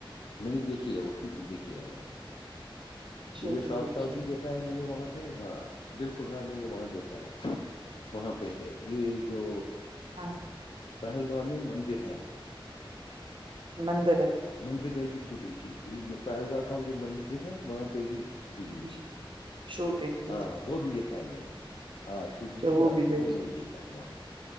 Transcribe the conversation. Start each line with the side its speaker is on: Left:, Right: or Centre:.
Left: میں نے دیکھی ہے وہ شوٹنگ دیکھی ہے وہاں پہ
Right: شوٹنگ
Left: دلیپ صاحب
Right: دیکھیے
Left: کا بھی دیکھا ہے میں نے وہاں پہ ہاں بالکل ہاں میں نے وہاں دیکھا ہے وہاں پہ ہے یہ جو
Right: ہاں
Left: پہلگاؤں میں مندر ہیں
Right: مندر ہے
Left: مندر میں بھی شوٹنگ تھی یہ جو پہل گاہ کا جو مندر ہے وہاں پہ بھی شوٹنگ
Right: ہے
Left: تھی
Right: شوٹنگ
Left: ہاں وہ بھی دیکھا ہے میں نے ہاں شوٹنگ
Right: کی
Left: تھی ہاں
Right: بھی دیکھیے
Left: وہ میں نے دیکھا ہے وہاں پہ